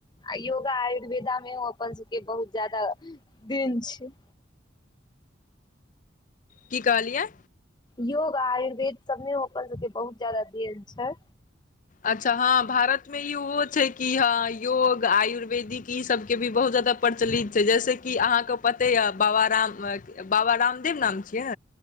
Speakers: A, on the left; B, on the left.
A: योगा आयुर्वेदा मे ओ अपन सबके बहुत ज़्यादा देन छै।
B: की कहलियै।
A: योग आयुर्वेद सब ने सबके बहुत ज्यदा देल छै।
B: अच्छा हँ भारत में ई ओहो छै कि हँ योग आयुर्वे बेदी कि सबके भी बहुत ज्यादा प्रचलित छै, जैसे कि अहां के पते यऽ बाबा राम बाबा रामदेव नाम छियै।